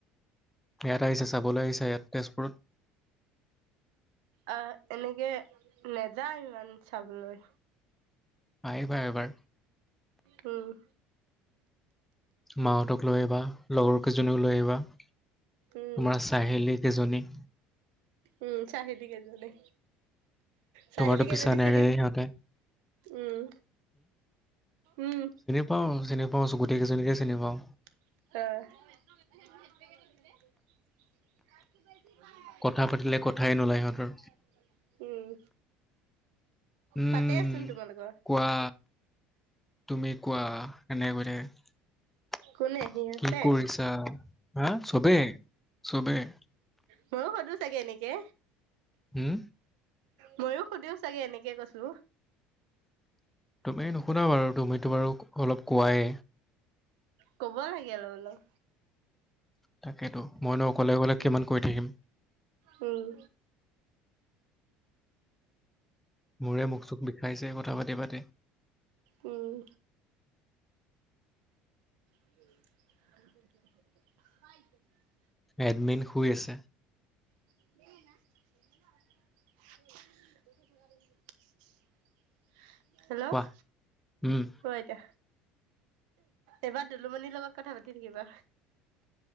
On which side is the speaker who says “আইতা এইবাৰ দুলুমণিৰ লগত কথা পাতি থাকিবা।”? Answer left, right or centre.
Right